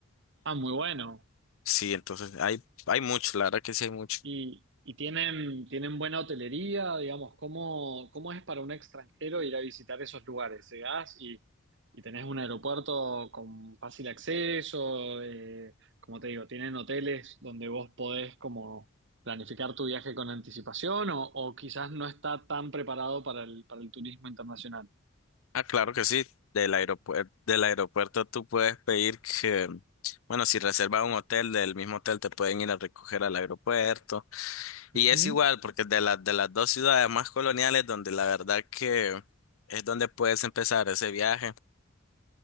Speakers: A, on the right; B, on the left.
A: ah, muy bueno.
B: Sí, entonces hay, hay mucho, la verdad que sí hay mucho.
A: Y, y tienen, tienen buena hotelería, digamos, ¿cómo, cómo es para un extranjero ir a visitar esos lugares? Llegás y, y tenés un aeropuerto con fácil acceso, eh, como te digo, tienen hoteles donde vos podés como planificar tu viaje con anticipación o, o quizás no está tan preparado para el, para el turismo internacional.
B: Ah, claro que sí. Del aeropuerto, del aeropuerto tú puedes pedir que, bueno, si reservas un hotel, del mismo hotel te pueden ir a recoger al aeropuerto.
A: Ujú.
B: Y es igual, porque de las de las dos ciudades más coloniales, donde la verdad que es donde puedes empezar ese viaje,